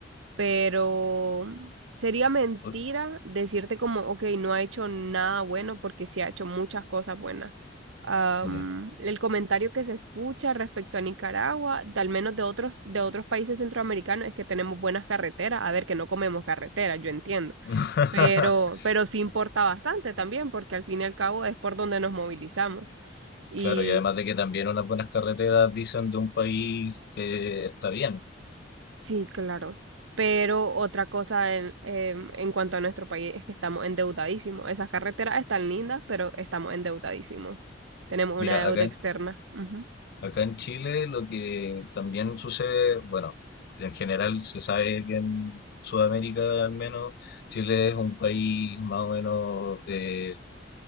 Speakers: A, on the right; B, on the left.
A: pero sería mentira
B: Uy,
A: decirte como, ok, no ha hecho nada bueno porque sí ha hecho muchas cosas buenas. Am,
B: ya.
A: el comentario que se escucha respecto a Nicaragua, de al menos de otros, de otros países centroamericanos, es que tenemos buenas carreteras. A ver, que no comemos carreteras, yo entiendo.
B: <laughs>
A: Pero, pero sí importa bastante también, porque al fin y al cabo es por donde nos movilizamos. y
B: Claro, y además de que también unas buenas carreteras dicen de un país que está bien.
A: Sí, claro. Pero otra cosa en, em, en cuanto a nuestro país es que estamos endeudadísimos. Esas carreteras están lindas, pero estamos endeudadísimos. Tenemos
B: Mira,
A: una deuda
B: acá en,
A: externa. Ujú.
B: acá en Chile lo que también sucede, bueno, en general se sabe que en Sudamérica al menos Chile es un país más o menos... eh,